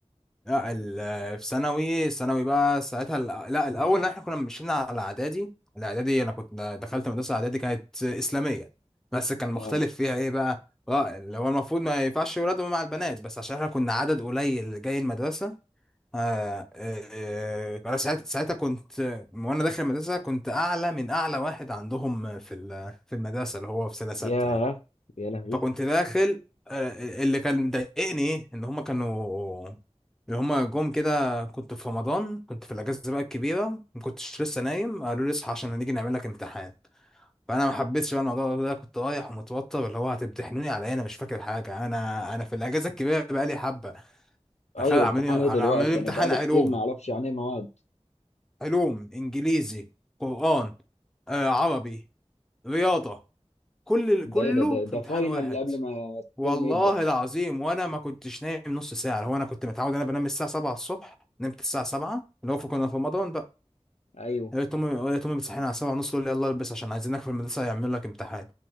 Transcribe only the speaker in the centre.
لا ال- في ثانوي ثانوي بقى ساعتها ال- لا الاول احنا كنا مشينا على اعدادي الاعدادي انا كنت دخلت مدرسه اعدادي كانت اسلاميه بس كان مختلف
فيها ايه بقى اه اللي هو المفروض ما ينفعش ولاد مع البنات بس عشان احنا كنا عدد قليل جاي المدرسه آه آه آه، انا ساعتها ساعتها كنت وانا داخل المدرسه كنت اعلى من اعلى واحد عندهم في ال- في المدرسه اللي هو في سنه سته
يعني
فكنت داخل آه، اللي كان مضايقني ايه ان هما كانوا اللي هما جم كده كنت في رمضان كنت في الاجازه بقى الكبيره ما كنتش لسه نايم قالوا لي اصحى عشان هنيجي نعمل لك امتحان فانا ما حبيتش بقى الموضوع ده كنت رايح ومتوتر اللي هو هتمتحنوني على ايه انا مش فاكر حاجه انا انا في الاجازه الكبيره بقى لي حبه
دخل عاملين
عاملين
لي امتحان
علوم
علوم انجليزي قران آه عربي رياضه كل كله
في
امتحان
واحد
والله
العظيم وانا ما كنتش نايم نص ساعه هو انا كنت متعود انا بنام الساعه 7 الصبح نمت الساعه 7 اللي هو كنا في رمضان بقى
لقيت امي لقيت امي بتصحيني على 7 ونص تقول لي يلا البس عشان عايزينك في المدرسه يعملوا لك امتحان